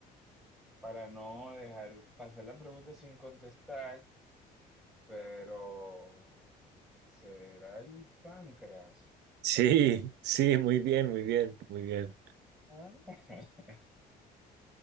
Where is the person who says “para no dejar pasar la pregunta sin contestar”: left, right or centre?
Centre